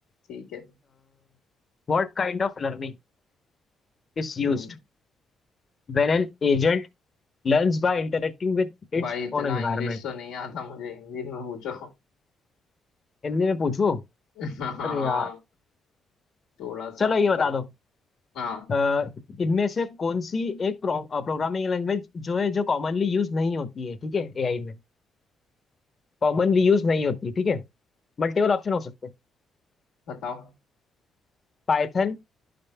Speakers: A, on the left; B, on the left.
A: ठीक है
B: What kind of learning is used
A: हम्म
B: when an agent learns by interacting with its
A: भाई इतना
B: own environment
A: इंग्लिश तो नहीं आता मुझे हिंदी में पूछो
B: Hindi में पूछो
A: <laughs> हाँ हाँ
B: अरे यार
A: थोड़ा
B: चलो
A: सा
B: ये बता
A: कन
B: दो
A: हाँ
B: अ, इनमें से कौन सी एक प्रोग्रामिंग लैंग्वेज जो है जो कॉमनली यूज नहीं होती है ठीक है एआई में कॉमनली यूज नहीं होती ठीक है मल्टीपल ऑप्शन हो सकते हैं
A: बताओ
B: Python